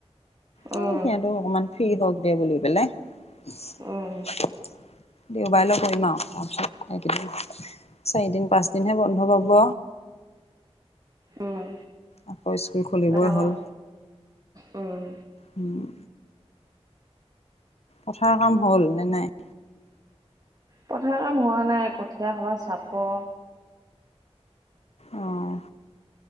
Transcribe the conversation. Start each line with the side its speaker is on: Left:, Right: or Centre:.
Left: এ
Right: উম
Left: সিহঁতটো অকমান ফ্ৰী হওঁক দে বুলি পেলাই।
Right: উম
Left: <inaudible> দেওবাৰলৈ কৰিম আৰু <unintelligible> এইকেইদিন চাৰিদিন পাঁচদিনহে বন্ধ পাব।
Right: উম।
Left: আকৌ স্কুল খুলিবই
Right: তাতে আকৌ
Left: হ'ল।
Right: উম।
Left: উম। পথাৰৰ কাম হ'ল নে নাই?
Right: পথাৰৰ কাম হোৱা নাই কঠীয়া সোপা চাপো
Left: অ',